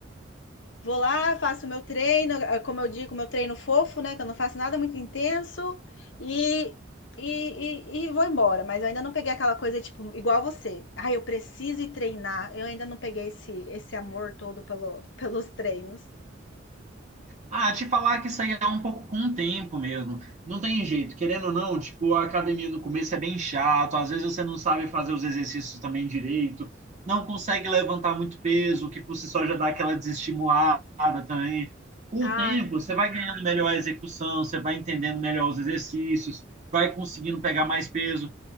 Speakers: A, on the left; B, on the right.
A: Vou lá, faço meu treino, eh, como eu digo, meu treino fofo, né? Que eu não faço nada muito intenso e, e, e, e vou embora. Mas eu ainda não peguei aquela coisa, tipo, igual você. Ai, eu preciso ir treinar. Eu ainda não peguei esse, esse amor todo pelo, pelos treinos.
B: Ah, te falar que isso aí é um pouco com o tempo mesmo. Não tem jeito, querendo ou não, tipo, a academia no começo é bem chato, às vezes você não sabe fazer os exercícios também direito, não consegue levantar muito peso, O que por si só já dá aquela desestimulada também. Com
A: Ah,
B: o tempo, você vai ganhando melhor a execução, você vai entendendo melhor os exercícios, vai conseguindo pegar mais peso.